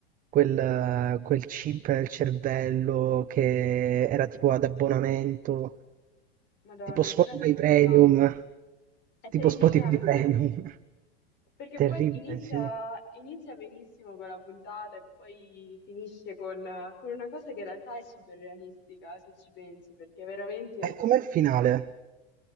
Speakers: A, on the right; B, on the left.
A: quel, quel chip nel cervello che era tipo ad abbonamento,
B: Madonna,
A: tipo Spotify
B: quella è terrificante.
A: Premium,
B: È terrificante.
A: tipo Spotify Premium. <laughs>
B: Perché
A: Terribile,
B: poi inizia,
A: sì.
B: inizia benissimo con la puntata e poi finisce con, con una cosa che in realtà è super realistica, se ci pensi, perché veramente
A: E com'è il finale?